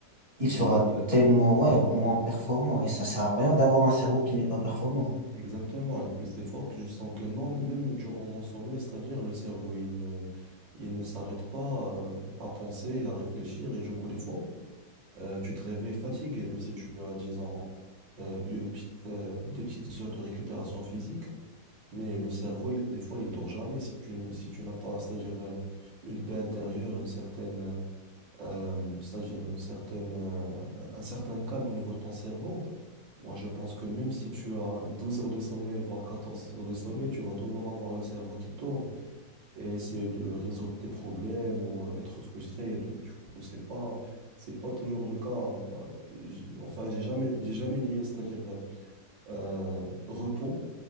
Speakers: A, on the right; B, on the right.
A: il
B: Bah,
A: sera
B: il a, il a,
A: tellement,
B: voilà.
A: ouais, moins performant. Et ça sert à rien d'avoir un cerveau qui n'est pas performant.
B: Exactement, hein, plus d'efforts que je sens que moi, même durant mon sommeil, c'est-à-dire le cerveau, il ne, il ne s'arrête pas euh, à penser et à réfléchir. Et du coup, des fois, euh, tu te réveilles fatigué, même si tu as, disons, euh, une petite, euh, des petites heures de récupération physique. Mais le cerveau, il- des fois, il dort jamais si tu, n'es- si tu n'as pas, c'est-à-dire euh, une paix intérieure, une certaine, euh, euh, c'est-à-dire une certaine, euh, un certain calme au niveau de ton cerveau. Moi, je pense que même si tu as 12 heures de sommeil, voire 14 heures de sommeil, tu vas toujours avoir le cerveau qui tourne et essayer de résoudre tes problèmes ou euh, être frustré et tout. Du coup, c'est pas, c'est pas toujours le cas. Euh, j'ai- Enfin, j'ai jamais, j'ai jamais lié, c'est-à-dire euh, euh, repos